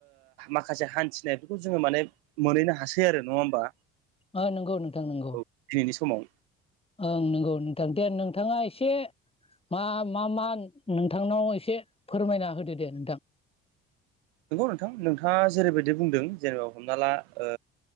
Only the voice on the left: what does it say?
औ नंगौ नोंथां नंगौ
ओं नंगौ नोंथां दे नोंथाङा एसे मा मा मा नोंथांनाव एसे फोरमायना होदो दे नोंथां